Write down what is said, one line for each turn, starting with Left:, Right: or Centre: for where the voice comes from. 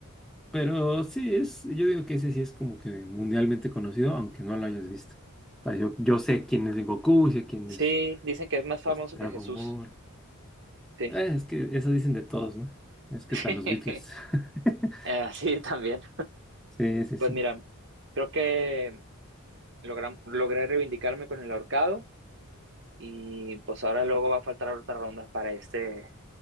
Centre: pero sí es, yo digo que ese sí es como que mundialmente conocido, aunque no lo hayas visto. O sea, yo, yo sé quién es Goku, sé quién
Right: Sí,
Centre: es,
Right: dicen que es más famoso
Centre: es Dragon
Right: que Jesús,
Centre: Ball.
Right: sí.
Centre: Eh, es que eso dicen de todos, ¿no? Es que
Right: <laughs>
Centre: están los Beatles. <laughs>
Right: Eh, sí, también.
Centre: Sí, sí,
Right: Pues
Centre: sí.
Right: mira, creo que logra- logré reivindicarme con el ahorcado. Y pues ahora luego va a faltar otra ronda para este